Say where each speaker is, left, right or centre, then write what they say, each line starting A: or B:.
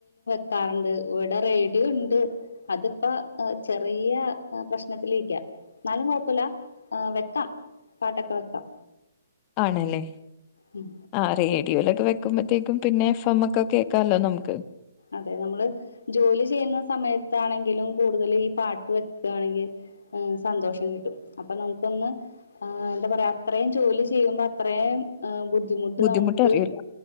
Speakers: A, on the left; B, on the left.
A: ക്കാറുണ്ട് ഇവിടെ റേഡിയോണ്ട് അതിപ്പോ ചെറിയ പ്രശ്നത്തിലിരിക്കാ ന്നാലും കൊഴപ്പില്ല വെക്കാം പാട്ടൊക്കെ വെക്കാം
B: ആണല്ലേ
A: ഉം
B: അറീം ലൊക്കെ വെക്കുമ്പോഴത്തേക്കും പിന്നെ എഫമ്മൊക്കെ കേക്കാലൊ നമുക്ക്
A: അതെ നമ്മള് ജോലി ചെയ്യുന്ന സമയത്താണെങ്ക കൂടുതൽ ഈ പാട്ട് വെക്കാണെങ്കിൽ സന്തോഷം കിട്ടും അപ്പൊ നമുക്കൊന്ന് എന്താ പറയാ അത്രയും ജോലി ചെയ്യുമ്പോ അത്രയും ബു ബുദ്ധിമുട്ട്
B: ബുദ്ധിമുട്ടറിയില്ല
A: നമുക്ക്